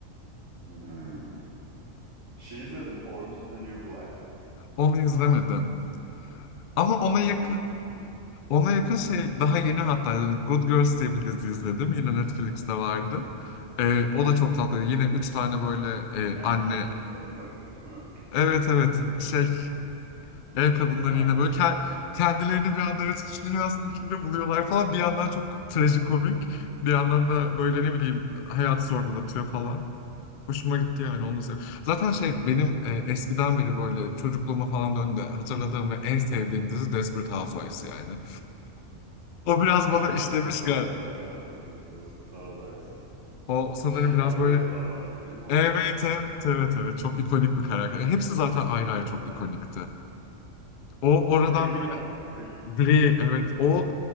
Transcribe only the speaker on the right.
Hmm. Şey izledim Orange is the New Black.
Aa bak
o da çok iyi.
Mad
Men'deki kadın oynuyor değil mi?
Banka
soygun.
Ha
Desperate Housewives evet ben de biliyorum Desperate Housewives'ı.
Şey Gabriella
vardı değil mi orada?
<laughs>
Brie
vardı Brie.